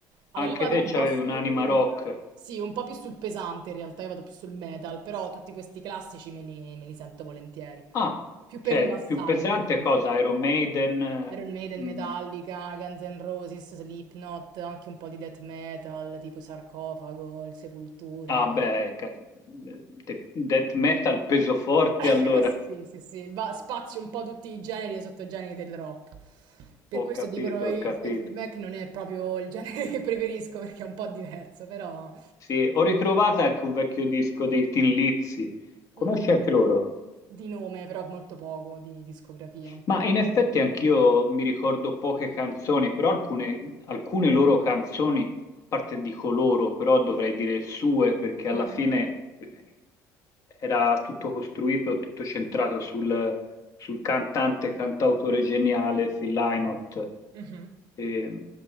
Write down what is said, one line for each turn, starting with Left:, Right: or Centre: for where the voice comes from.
Right: Allora,
Left: anche
Right: io vado
Left: te
Right: un
Left: c'avevi
Right: po' su...
Left: un'anima rock.
Right: Sì, un po' più sul pesante in realtà, io vado più sul metal, però tutti questi classici me li, me li sento volentieri.
Left: Ah,
Right: Più per
Left: cioè,
Right: rilassarmi,
Left: più pesante
Right: perché
Left: cosa? Iron Maiden? eh,
Right: Iron Maiden,
Left: mm,
Right: Metallica, Guns N' Roses, Slipknot, anche un po' di death metal, tipo Sarcofago, il Sepoltura.
Left: ah, beh, cazzo, eh, de- death metal peso forte
Right: <laughs>
Left: allora.
Right: Sì, sì, sì, va, spazi un po' tutti i generi e sottogeneri del rock. Per
Left: Ho
Right: questo
Left: capito,
Right: dicono i
Left: ho capito.
Right: Fleetwood Mac non è proprio il <laughs> genere che preferisco perché è un po' diverso, però
Left: Sì, ho ritrovato anche un vecchio disco dei Tin Lizzy. Conosci
Right: mm,
Left: anche loro?
Right: di nome, però molto poco di discografia.
Left: Ma in effetti anch'io mi ricordo poche canzoni, però alcune, alcune loro canzoni, a parte dico loro, però dovrei dire sue, perché
Right: Mhm.
Left: alla fine eh, era tutto costruito, tutto centrato sul, sul cantante, cantautore geniale Phil
Right: Ok.
Left: Lynott.
Right: Mhm.
Left: E